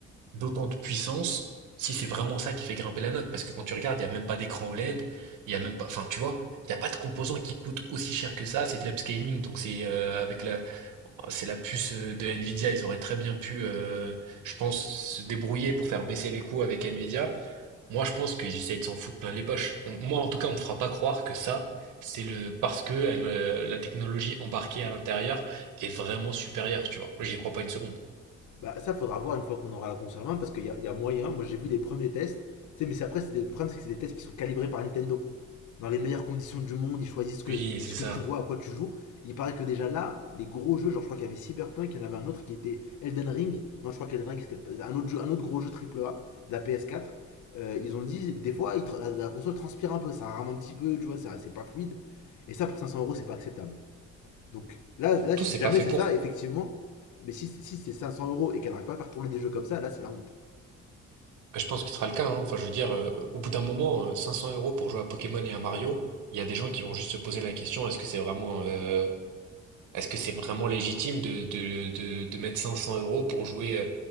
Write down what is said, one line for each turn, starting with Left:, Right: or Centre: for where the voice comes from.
Right: d'autant de puissance si c'est vraiment ça qui fait grimper la note? Parce que quand tu regardes, il n'y a même pas d'écran OLED, il n'y a même pas, enfin tu vois, il n'y a pas de composant qui coûte aussi cher que ça, c'est de l'upscaling, donc c'est euh, avec la c'est la puce euh, de Nvidia, ils auraient très bien pu, euh, je pense, se débrouiller pour faire baisser les coûts avec Nvidia. Moi, je pense qu'ils essayent de s'en foutre plein les poches. On- moi, en tout cas, on me fera pas croire que ça, c'est le parce que elle, euh, la technologie embarquée à l'intérieur est vraiment supérieure, tu vois. J'y crois pas une seconde.
Left: Bah, ça, faudra voir une fois qu'on aura la console en main, parce qu'il y a, y a moyen. Moi, j'ai vu les premiers tests, tu sais, mais c'est après, c'est des- le problème, c'est que c'est des tests qui sont calibrés par Nintendo. dans les meilleures conditions du monde, ils choisissent que,
Right: Oui, c'est
Left: ce
Right: ça.
Left: que tu vois, à quoi tu joues. Il paraît que déjà là, les gros jeux, genre je crois qu'il y avait Cyberpunk, il y en avait un autre qui était Elden Ring. Non, je crois qu'Elden Ring c'était un autre, jeu, un autre gros jeu AAA de la PS4. Euh, ils ont dit, des fois, ils la, la, console transpire un peu, ça rame un petit peu, tu vois, c'est pas fluide. Et ça, pour 500 euros, c'est pas acceptable. Donc là, là,
Right: Tout,
Left: si
Right: c'est pas
Left: jamais
Right: fait
Left: c'est
Right: pour.
Left: ça, effectivement, mais si, si c'est 500 euros et qu'elle n'arrive pas à faire tourner des jeux comme ça, là, c'est la honte.
Right: Je pense que ce sera le cas, hein. Enfin, je veux dire, euh, au bout d'un moment, euh, 500 euros pour jouer à Pokémon et à Mario, il y a des gens qui vont juste se poser la question, est-ce que c'est vraiment, euh, Est-ce que c'est vraiment légitime de, de, de, de mettre 500 euros pour jouer, euh,